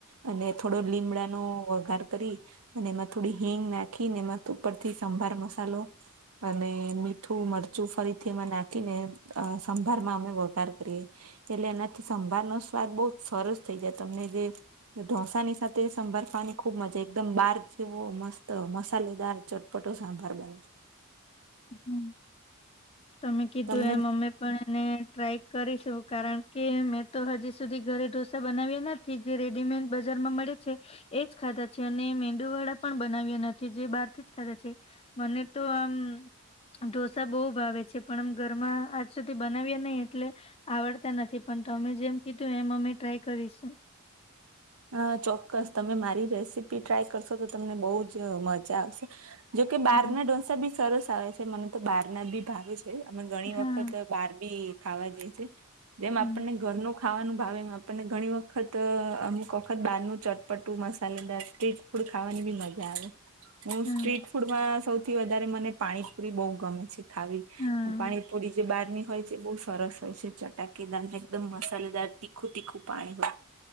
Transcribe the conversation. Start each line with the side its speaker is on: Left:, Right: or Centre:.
Right: અને થોડો લીમડાનો વઘાર કરી અને એમાં થોડી હિંગ નાખીને એમાં ઉપરથી સંભાર મસાલો અને મીઠું મરચું ફરીથી એમાં નાખીને સંભારમાં અમે વઘાર કરીએ. એટલે એનાથી સંભાર નો સ્વાદ બહુ સરસ થઈ જાય તમને જે ઢોસાની સાથે સંભાર ખાવાની ખુબ મજા એકદમ બાર જેવો મસ્ત મસાલેદાર ચટ પટો સાંભાર બને છે.
Left: હમ. તમે કીધું
Right: તમને
Left: એમ પણ એને ટ્રાય કરીશું કારણ કે મેં તો હજી સુધી ઘરે ઢોસા બનાવીયા થી જે રેડીમેડ બજારમાં મળે છે. એજ ખાધા છે અને મેંદુવાળા પણ બનાવ્યા નથી જે બહારથી જ ખાધા છે. મને તો આમ ઢોસા બહુ ભાવે છે. જે પણ આમ ઘરમાં આજ સુધી બનાવીયા નહી એટલે આવડતા નથી પણ તમે જેમ કીધું એમ અમે ટ્રાય કરીશું.
Right: હા, ચોક્કસ તમે મારી રેસીપી ટ્રાય કરશો તો તમને બહું જ મજા આવશે. જોકે બહાર
Left: હા
Right: ના ઢોસા બી સરસ આવે છે મને તો બહાર ના બી ભાવે છે અમે ઘણી
Left: હા
Right: વખત બહાર બી ખાવા જે છે જેમ
Left: હમ,
Right: આપણને ઘરનું ખાવાનું ભાવે એ આપણને ઘણી વખત અમુક વખત બહાર નું ચટપટું મસાલેદાર સ્ટ્રીટ ફુંડ ખાવાની બી મજા આવે હું
Left: હા
Right: સ્ટ્રીટ ફૂડમાં સૌથી વધારે મને પાણીપુરી બહુ ગમે છે ખાવી
Left: હા
Right: પાણીપુરી જે બહારની હોય છે બહુ સરસ હોય છે ચટાકેદાર ને એકદમ મસાલેદાર તીખું તીખું પાણી હોય.